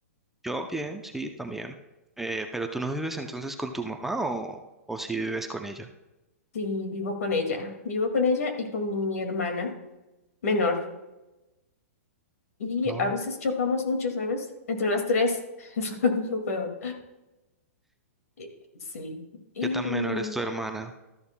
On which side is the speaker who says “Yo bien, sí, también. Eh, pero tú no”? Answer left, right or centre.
Centre